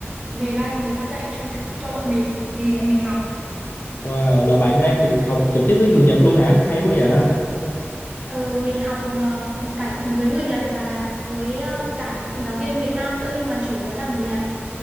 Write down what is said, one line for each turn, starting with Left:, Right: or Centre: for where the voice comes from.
Right: về đây người ta dạy cho cho bọn mình thì mình học
Left: Wow, là bạn đang được học trực tiếp với người Nhật luôn hả? Hay quá vậy.
Right: Ừ, mình học ờ, cả với người Nhật và với ờ, cả giáo viên Việt Nam nữa nhưng mà chủ yếu là người Nhật.